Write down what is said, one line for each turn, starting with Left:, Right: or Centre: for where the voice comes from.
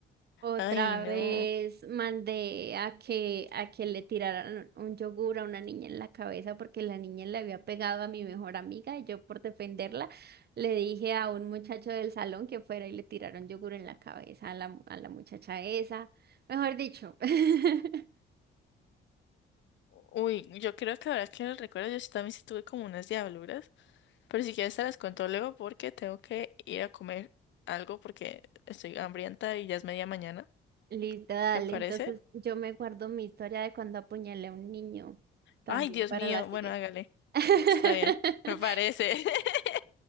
Right: Otra
Left: Ay, no.
Right: vez mandé a que, a que le tiraran un yogur a una niña en la cabeza porque la niña le había pegado a mi mejor amiga y yo por defenderla le dije a un muchacho del salón que fuera y le tiraron yogur en la cabeza a la, a la muchacha esa. Mejor dicho. <laughs>
Left: Uy, yo creo que ahora que lo recuerdo, yo sí también sí tuve como unas diabluras. Pero si quieres te las cuento luego porque tengo que ir a comer algo porque estoy hambrienta y ya es media mañana.
Right: Listo, dale.
Left: ¿Le parece?
Right: Entonces yo me guardo mi historia de cuando apuñalé a un niño también
Left: Ay, Dios
Right: para
Left: mío.
Right: la siguiente.
Left: Bueno, hágale.
Right: <laughs>
Left: Está bien. Me parece. <laughs>